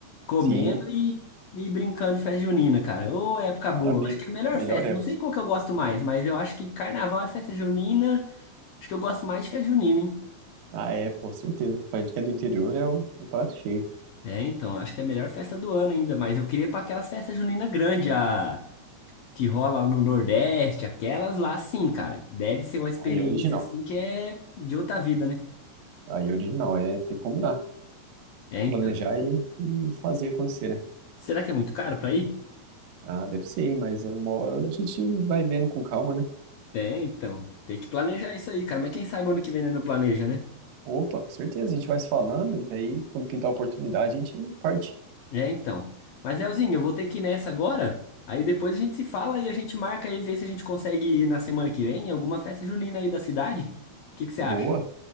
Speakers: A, on the left; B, on the right.
A: Comendo
B: Sim,
A: e, e brincando de festa junina, cara. Ô, época
B: maravilha.
A: boa. Acho que é a melhor
B: Melhor
A: festa.
B: é.
A: Não sei qual que eu gosto mais, mas eu acho que carnaval é festa junina. Acho que eu gosto mais de festa junina, hein?
B: Ah, é, pô, certeza. Pra gente que é do interior é o, o prato cheio.
A: É, então, acho que é a melhor festa do ano ainda, mas eu queria ir pra aquelas festas juninas grandes, a que rola no Nordeste, aquelas lá, sim, cara. Deve ser uma experiência,
B: Aí é original.
A: assim, que é de outra vida, né?
B: Aí é original, é ter que combinar,
A: É, então.
B: planejar e, e fazer acontecer, né?
A: Será que é muito caro pra ir?
B: Ah, deve ser, hein, mas é uma hora a gente vai vendo com calma, né?
A: É, então. Tem que planejar isso aí, cara. Mas quem sabe ano que vem né, não planeja, né?
B: Opa, certeza, a gente vai se falando e daí quando pintar a oportunidade a gente parte.
A: É, então. Mas, Leozinho, eu vou ter que ir nessa agora. Aí depois a gente se fala e a gente marca aí, vê se a gente consegue ir na semana que vem em alguma festa junina aí da cidade. O que que você
B: Boa,
A: acha?